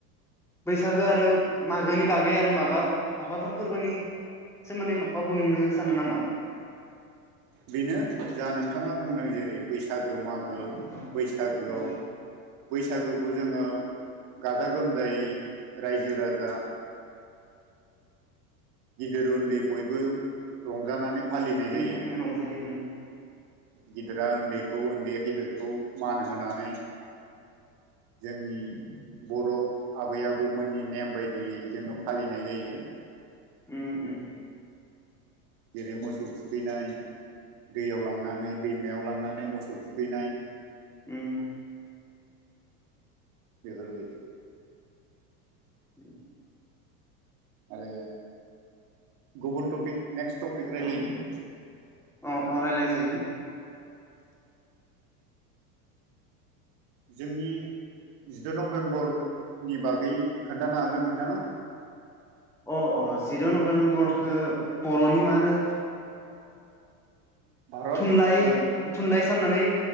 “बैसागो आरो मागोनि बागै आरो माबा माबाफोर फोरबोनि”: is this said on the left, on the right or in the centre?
Centre